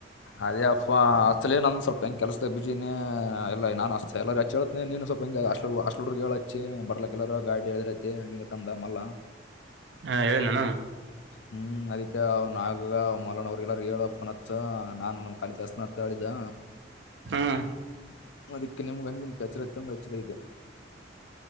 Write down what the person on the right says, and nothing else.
ಹಾ ಹೇಳನಾನು
ಹ್ಮ್